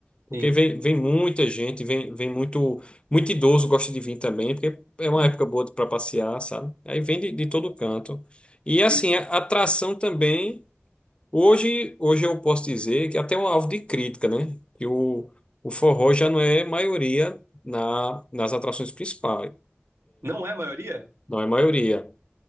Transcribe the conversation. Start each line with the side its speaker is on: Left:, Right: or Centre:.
Left: Porque
Right: Sim.
Left: vem, vem muita gente, vem, vem muito, muito idoso gosta de vir também, porque é uma época boa para passear, sabe? Aí vem de, de todo canto. E assim,
Right: E
Left: a atração também. Hoje, hoje eu posso dizer que até é um alvo de crítica, né? Que o, o forró já não é maioria na, nas atrações principais.
Right: não é a maioria?
Left: Não é maioria. O